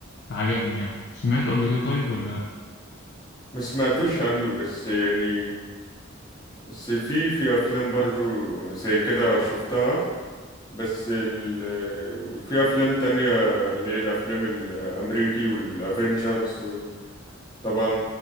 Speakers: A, on the left; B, on the left.
A: فعجبني يعني سمعته قبل كده طيب ولا لأ؟
B: ما سمعتوش عنه بس يعني بس في في افلام برضو زي كده شفتها بس ال... في افلام تانية اللي هي الافلام الامريكي والافينجرز طبعا